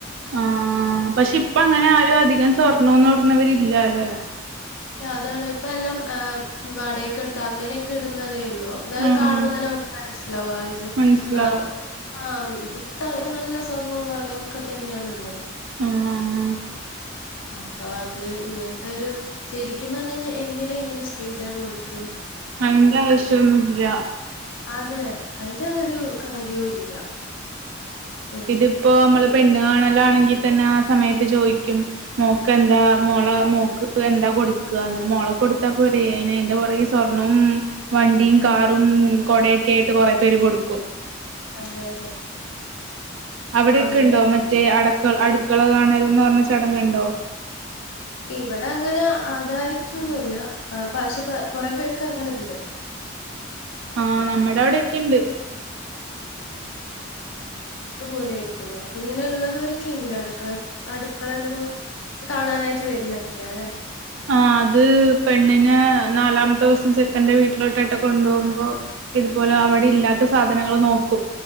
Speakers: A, on the right; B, on the left.
A: ആ പക്ഷെ ഇപ്പം അങ്ങനെ ആരും അധികം സ്വർണോന്നും ഇട്ന്നവരില്ല അല്ലേ
B: അതാണ് ഇപ്പം എല്ലം വാടയ്ക്ക് എടുത്ത് അങ്ങനെക്കെ ഇടുന്നതേ ലോ അപ്പ
A: ആഹ്
B: കാണുമ്പ തന്നെ നമുക്ക് മനസ് ലാവും ആ ഇത്
A: മനസ്സിലാവും
B: <unintelligible> ആ ഇത് നല്ല സ്വർണ്ണവും വളയുംഒക്കെ തന്നെയാണുള്ളത്
A: ആഹ്
B: അപ്പൊ അത് ഇങ്ങനത്തെ ഒരു ശരിക്കും പറഞ്ഞു കഴിഞ്ഞാൽ എന്തിനാ ഇങ്ങനെ സ്ത്രീധനം കൊടുക്
A: അയ്ന്റെ ആവശ്യന്നു ല്ല
B: അതെ അതിന്റെ ഒരു കാര്യവും ഇല്ല ഉം
A: ഇതിപ്പോ നമ്മള് പെണ്ണ്കാണലാണെങ്കിൽ തന്നെ ആ സമയത്ത് ചോദിക്കും മോക്ക് എന്താ മോളെ മോക്ക് എന്താ കൊടുക്കുകാന്ന് മോളൊക്കെ കൊടുത്താ പോരെ അയിന്റെ പുറകെ സ്വർണ്ണവും വണ്ടിയും കാറും കൊടെയൊക്കെ ആയിട്ട് കൊറെ പേര് കൊടുക്കും
B: അതെ അതെ
A: അവിടെക്കെ
B: അതെ
A: ഉണ്ടോ മറ്റേ അടു അടുക്കള കാണൽന്ന് പറഞ്ഞ ചടങ്ങുണ്ടോ
B: ഇവിടെ അങ്ങനെ അതായിട്ടൊന്നുല്ല പക്ഷേ കൊറെ പേർക്ക് അങ്ങനുണ്ട്
A: ആ നമ്മുടെ അവിടെയൊക്കെയുണ്ട്
B: പോലെ ആയിരിക്കല്ലോ അപ്പ ഇങ്ങനെള്ളവരൊക്കെയുണ്ട് അടുക്കള അടുക്കള എന്തോ കാണാനായിട്ട് വരുന്നതേറ്റെ അല്ലെ
A: ആ അത് പെണ്ണിനെ നാലാമത്തെ ദിവസം ചെക്കന്റെ വീട്ടിലോട്ടായിട്ട് കൊണ്ടുപോകുമ്പോ ഇതുപോലെ അവിടെ ഇല്ലാത്ത സാധനങ്ങൾ നോക്കും